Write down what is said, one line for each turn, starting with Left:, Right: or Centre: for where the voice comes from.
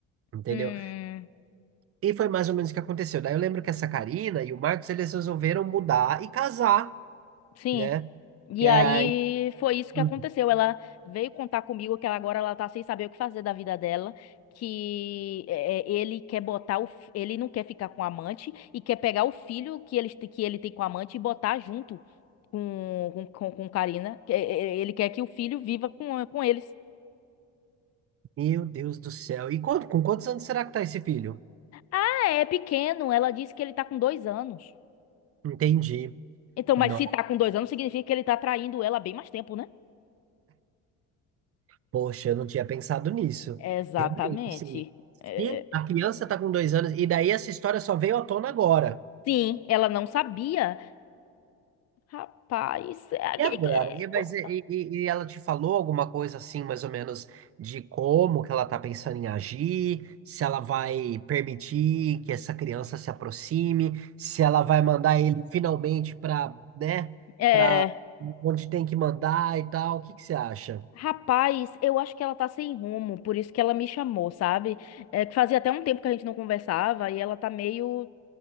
Right: entendeu
Left: Hum.
Right: e foi mais ou menos o que aconteceu. Daí eu lembro que essa Karina e o Marcos, eles resolveram mudar e casar,
Left: Sim.
Right: né?
Left: E
Right: E aí,
Left: aí foi isso que
Right: Uhum.
Left: aconteceu. Ela veio contar comigo que ela agora ela tá sem saber o que fazer da vida dela, que é, é, ele quer botar o, fi- ele não quer ficar com a amante e quer pegar o filho que ele, que ele tem com a amante e botar junto com com, com, com Karina. Que- é, é, Ele quer que o filho viva com, com eles.
Right: meu Deus do céu. E quando, com quantos anos será que tá esse filho?
Left: Ah, É pequeno, ela disse que ele tá com dois anos.
Right: Entendi.
Left: Então,
Right: Não,
Left: mas se tá com dois anos, significa que ele tá traindo ela há bem mais tempo, né?
Right: poxa, eu não tinha pensado nisso.
Left: Exatamente.
Right: Realmente, assim,
Left: É,
Right: se a criança tá com dois anos, e daí essa história só veio à tona agora.
Left: Sim, ela não sabia. Rapaz, é aquele.
Right: E agora?
Left: que- É,
Right: E, mas,
Left: co-
Right: e, e- e ela te falou alguma coisa assim, mais ou menos, de como que ela tá pensando em agir, se ela vai permitir que essa criança se aproxime, se ela vai mandar ele finalmente para, né,
Left: é,
Right: para onde tem que mandar e tal. O que que você acha?
Left: rapaz, eu acho que ela tá sem rumo, por isso que ela me chamou, sabe? É que fazia até um tempo que a gente não conversava e ela tá meio